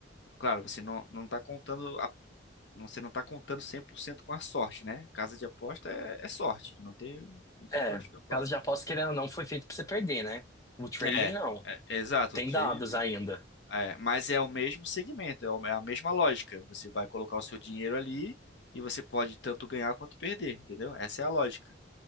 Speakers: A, on the left; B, on the left.
A: Claro, você não, não tá contando a- você não tá contando 100% com a sorte, né? Casa de aposta é, é sorte, não tem, não tem
B: É,
A: pra onde escapar.
B: casa de aposta, querendo ou não, foi feito pra você perder, né? O trading
A: É,
B: não.
A: é, exato,
B: Tem
A: o trade
B: dados ainda.
A: É, mas é o mesmo segmento, é o- é a mesma lógica. Você vai colocar o seu dinheiro ali e você pode tanto ganhar quanto perder, entendeu? Essa é a lógica.